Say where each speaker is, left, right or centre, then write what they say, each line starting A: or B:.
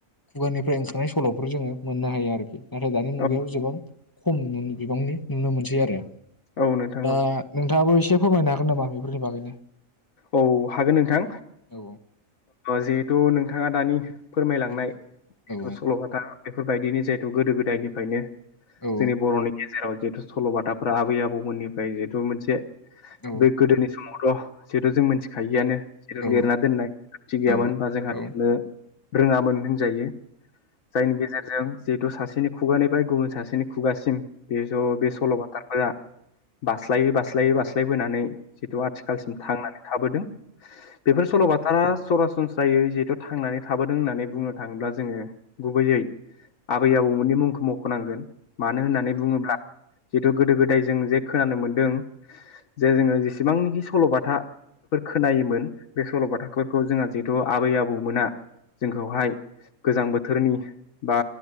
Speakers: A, on the left; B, on the left.
A: खुगानिफ्राय ओंखारनाय सल'फोर जोङो मोननो हायो आरोखि। नाथाय दानि मुगायाव
B: औ
A: गोबां। खम बिबांनि नुनो मोनसै आरो।
B: औ नोंथां औ
A: ओ नोंथाङाबो एसे। फोरमायनो हागोन नामा बेफोरनि बागैनो?
B: औ हागोन नोंथां
A: औ
B: जिहेथु नोंथां। नोंथाङा दानि। फोरमायलांनाय
A: औ
B: जिथु
A: औ
B: सल'बाथा बेफोरबायदिनो जिहेथु गोदो गोदायनिफ्रायनो
A: औ
B: जोंनि बर'नि गेजेराव। जिहेतु सल'बाथाफोरा आबै आबौमोननिफ्राय जिहेतु मोनसे।
A: औ
B: बे गोदोनि समावथ'। जेहथु जों मिथिखायिआनो जेरै
A: औ
B: लिरना दोननाय खानथि गैयामोन
A: औ
B: होनबा जोंहानो।
A: औ
B: रोङामोन होनजायो। जायनि गेजेरजों। जिहेथु सासेनि खुगानि फ्राय गुबुन सासेनि खुगासिम। बे ज बे सलबाथा। बास्लायै बास्लायै बास्लायबोनानै। जिथु आथिखालसिम। थांनानै थाबोदों। बेफोर सल बाथा। थारा सरासनस्रायै जिथु थांनानै थाबोदों होननानै बुंनो थाङोब्ला जोङो गुबैयै आबै आबौमोननि मुंखौ मखनांगोन। मानो होननानै बुङोब्ला जिथु गोदो गोदाय जों जे खोनानो मोनदों जे जोङो जेसेबांनाखि सलबाथ थाफोर खोनायोमोन बे सल बाथाफोरखौ जोंहा जिहेथु आबै आबौमोना जोंखौहाय गोजां बोथोरनि बा